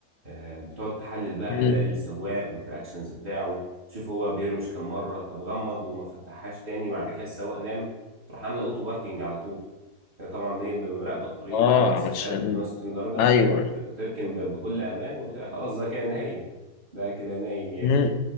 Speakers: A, on the right; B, on the left.
A: آه بتقعد تحلل بقى
B: مم،
A: اداء السواق والرياكشنز بتاعه شوف هو بيرمش كم مره طب غمض وما فتحهاش تاني بعد كده السواق نام تروح عامله اوتو باركنج على طول هي طبعا ايه بمراقب الطريق
B: اه
A: معاها حساسات
B: عشان
A: 360 درجة
B: ايوه
A: ت- تركن ب- بكل امان وخلاص ده كده نايم ده كده نايم يعني
B: مم،